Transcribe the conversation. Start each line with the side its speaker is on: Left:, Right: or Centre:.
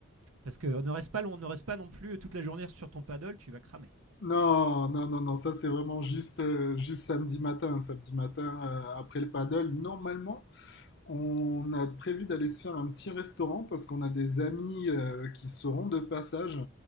Right: Parce qu'on ne reste, pas long, on ne reste pas non plus toute la journée sur ton paddle, tu vas cramer.
Left: Non, non, non, non, ça c'est vraiment juste, euh, juste samedi matin. Samedi matin, euh, après le paddle, normalement, on a prévu d'aller se faire un petit restaurant parce qu'on a des amis euh, qui seront de passage.